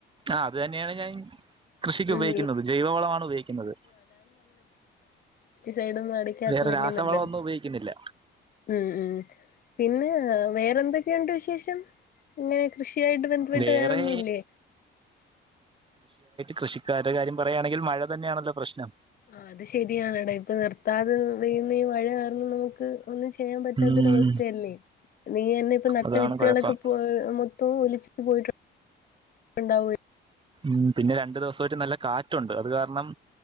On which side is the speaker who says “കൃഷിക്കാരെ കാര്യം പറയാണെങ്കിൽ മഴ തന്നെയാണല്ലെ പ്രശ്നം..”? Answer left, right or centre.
Right